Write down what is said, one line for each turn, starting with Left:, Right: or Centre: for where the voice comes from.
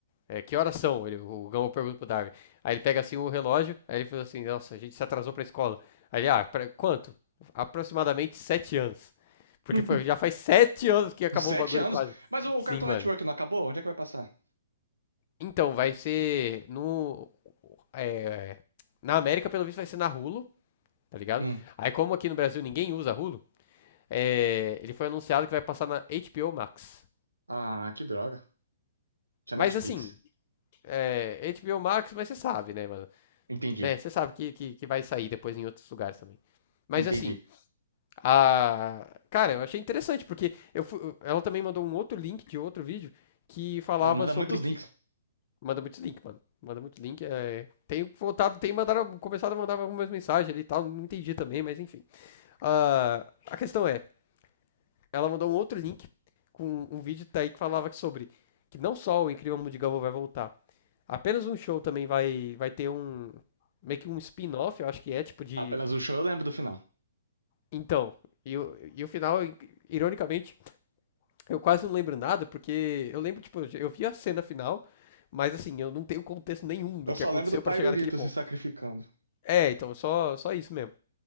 Left: é, que horas são? Ele, o Gama pergunta pro Darwin. Aí ele pega assim o relógio, aí ele fala assim: nossa, a gente se atrasou pra escola. Aí ele, ah, pra, quanto? Aproximadamente sete anos. Porque
Right: <laughs>
Left: foi- já faz sete anos que acabou
Right: Sete
Left: o bagulho
Right: anos.
Left: quase.
Right: Mas o
Left: Sim,
Right: Cartoon
Left: mano.
Right: Network não acabou? Onde é que vai passar?
Left: Então, vai ser no. é, na América, pelo visto, vai ser na Hulu, tá ligado?
Right: Hum.
Left: Aí, como aqui no Brasil ninguém usa Hulu, é, ele foi anunciado que vai passar na HBO Max.
Right: Ah, que droga. Tinha
Left: Mas
Right: Netflix.
Left: assim, é, HBO Max, mas você sabe, né, mano?
Right: Entendi,
Left: Né, você sabe que, que, que vai sair depois em outros lugares também. Mas
Right: entendi.
Left: assim, a. Cara, eu achei interessante, porque eu fu- ela também mandou um outro link de outro vídeo que falava
Right: Ela manda
Left: sobre
Right: muitos
Left: que
Right: links.
Left: Manda muitos links, mano. Manda muito link. É... Tem voltado, tem mandaram, começado a mandar algumas mensagens ali e tal. Não entendi também, mas enfim. Ah, a questão é, ela mandou um outro link com um vídeo tá aí que falava sobre que não só o Incrível Mundo de Gumball vai voltar, apenas um show também vai, vai ter um meio que um spin-off, eu acho que é tipo de
Right: Apenas o show eu lembro do final.
Left: então. E, o- e o final, ironicamente, eu quase não lembro nada, porque eu lembro, tipo, eu vi a cena final, mas assim, eu não tenho contexto nenhum do
Right: Eu
Left: que
Right: só
Left: aconteceu
Right: lembro do
Left: pra
Right: Pairulito
Left: chegar naquele ponto.
Right: se sacrificando.
Left: É, então, só, só isso mesmo.